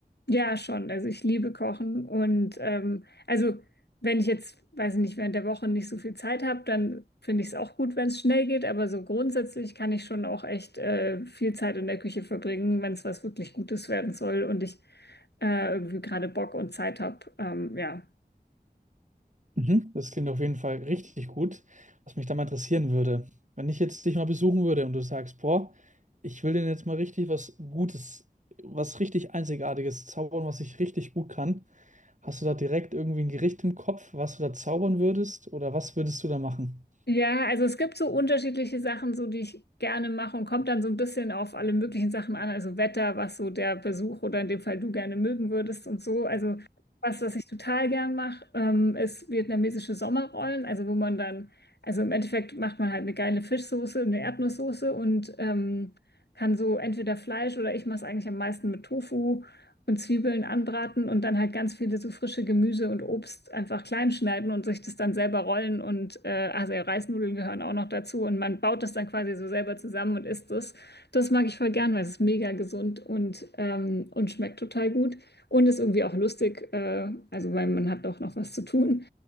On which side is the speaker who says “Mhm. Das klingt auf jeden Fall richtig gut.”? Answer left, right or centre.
Right